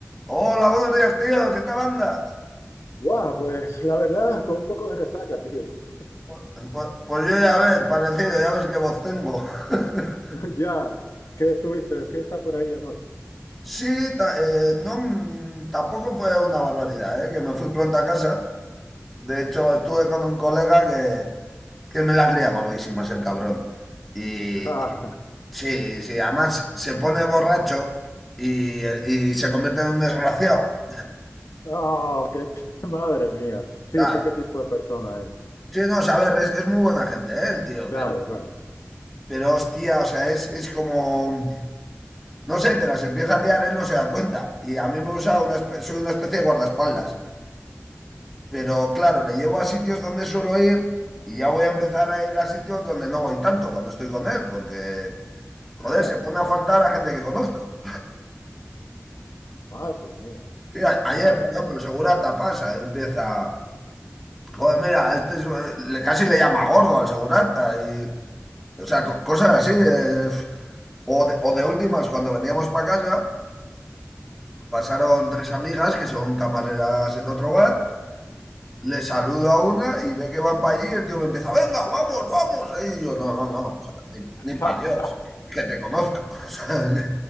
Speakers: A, in the centre; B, on the left.
A: Hola, buenos días, tío. ¿Qué tal andas?
B: Guau, pues la verdad, con un poco de resaca, tío.
A: Pues, pues- pues yo ya ves, parecido, ya ves qué voz tengo. <laughs>
B: <laughs> Ya, ¿qué estuviste de fiesta por ahí anoche?
A: Sí, ta- eh, no, mm, tampoco fue una barbaridad, ¿eh? Que me fui pronto a casa. De hecho, estuve con un colega que, que me las lía gordísimas, el cabrón. Y,
B: <laughs> Ah,
A: y- sí, sí, además se pone borracho y, y se convierte en un desgraciado.
B: Oh, qué t- <laughs> madre mía. Sí,
A: Claro.
B: sé qué tipo de persona es.
A: Sí, no, o sea, a ver, es, es muy buena gente, ¿eh? El tío,
B: Claro,
A: pero,
B: claro.
A: pero hostia, o sea, es, es como. No sé, te las empieza a liar, él no se da cuenta. Y a mí me usa, una espe- soy una especie de guardaespaldas. Pero claro, le llevo a sitios donde suelo ir y ya voy a empezar a ir a sitios donde no voy tanto cuando estoy con él, porque, joder,
B: <laughs>
A: se pone a faltar a gente que conozco.
B: Madre mía,
A: Sí, a- ayer,
B: claro.
A: por ejemplo,
B: <laughs>
A: el segurata pasa y empieza, joder, mira, este es- le, casi le llama gordo al segurata. Y, o sea, co- cosas así. eh, o de, o de últimas, cuando veníamos para casa, pasaron tres amigas que son camareras en otro bar. le saludo a una y ve que van para allí y el tío me empieza, venga, vamos, vamos. Y yo, no, no, no, o sea, ni, ni para
B: Ah,
A: Dios, que te conozco. <laughs> O sea, que